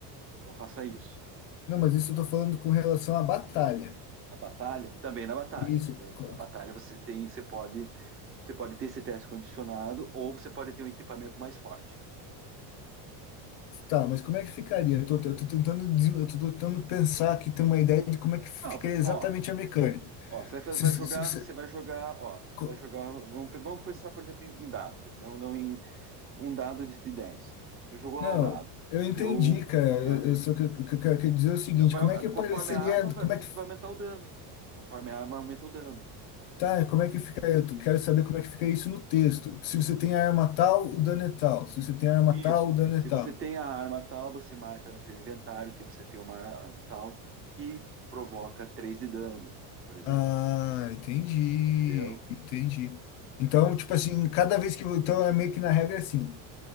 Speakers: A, on the right; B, on the left.
A: Então faça isso.
B: Não, mas isso eu tô falando com relação à batalha.
A: A batalha, também na batalha,
B: Isso.
A: entendeu?
B: co-
A: Na batalha
B: co-
A: você tem, você pode, você pode ter esse teste condicionado ou você pode ter um equipamento mais forte.
B: Tá, mas como é que ficaria? Eu tô, eu tô tentando, des- eu tô tentando pensar aqui, ter uma ideia de como é que ficaria
A: Ah, ó,
B: exatamente a mecânica.
A: ó, você vai, fa-
B: Se,
A: vai
B: se
A: jogar,
B: se você.
A: você vai jogar, ó, você
B: co-
A: vai jogar, vamos, pe- vamos pensar, por exemplo, em, em dado, não, não em um dado de, de 10. Você jogou
B: Não,
A: lá o dado,
B: eu entendi,
A: deu,
B: cara.
A: tá?
B: Eu, eu só que eu, que eu quero dizer é o seguinte,
A: Vai-
B: como é que apareceria,
A: conforme a arma, vai,
B: como é
A: vai
B: que.
A: aumentar o dano. Conforme a arma aumenta o dano.
B: Tá, como é que fica? Eu quero saber como é que fica isso no texto. Se você tem a arma tal, o dano é tal. Se você tem a arma
A: Isso.
B: tal, o dano é
A: Se
B: tal.
A: você tem a arma tal, você marca no teu inventário que você tem uma arma tal que provoca 3 de dano, por exemplo.
B: Ah, entendi,
A: Entendeu?
B: entendi.
A: Entendeu?
B: Então, tipo assim, cada vez que. eu- Então é meio que na regra assim.